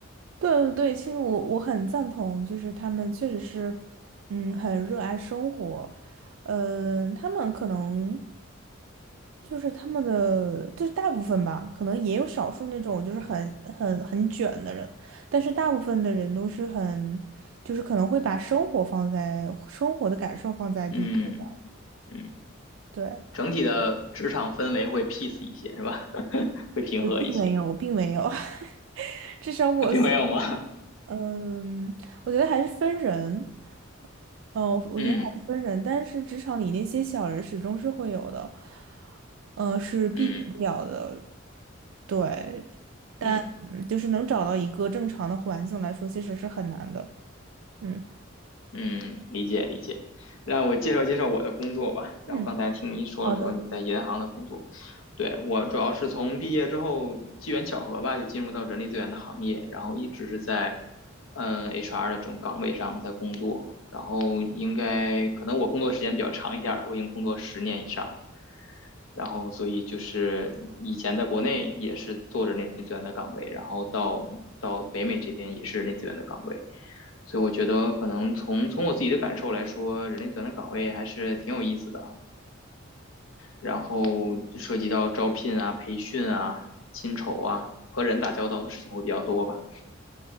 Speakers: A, on the right; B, on the left.
A: 对对对，其实我我很赞同，就是他们确实是，嗯，很热爱生活。嗯，呃他们可能就是他们的，就是大部分吧，可能也有少数那种就是很很很卷的人，但是大部分的人都是很，就是可能会把生活放在生活的感受放在第一位。
B: 嗯嗯，
A: 对，
B: 整体的职场氛围会 peace 一些，是吧？<laughs> 会平和一些，
A: 我并没有，我并没有，<laughs> 至少我所
B: 啊并没有吗？
A: 嗯，我觉得还是分人，嗯，我觉得还是分人，
B: <laughs> 嗯
A: 但是职场里那些小人始终是会有的，嗯，是避免不了的。
B: 嗯
A: 对，
B: 嗯，
A: 嗯，就是能找到一个正常的环境来说，其实是很难的。嗯
B: 嗯，理解理解。让我介绍介绍我的工作吧。
A: 嗯，
B: 然后刚才听你说了说你在银行的工作，
A: 好的。
B: 对，我主要是从毕业之后机缘巧合吧，就进入到人力资源的行业，然后一直是在嗯 HR 的这种岗位上在工作。然后应该可能我工作时间比较长一点儿了，我已经工作十年以上。然后所以就是以前在国内也是做着力资源的岗位，然后到到北美这边也是人力资源的岗位，所以我觉得可能从从我自己的感受来说，人力资源的岗位还是挺有意思的，然后涉及到招聘啊、培训啊、薪酬啊，和人打交道的事情会比较多吧。